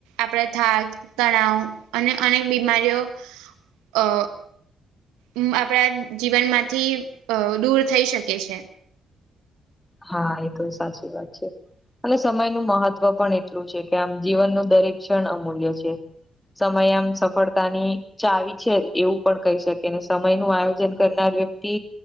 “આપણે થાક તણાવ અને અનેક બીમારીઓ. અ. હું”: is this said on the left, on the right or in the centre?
Right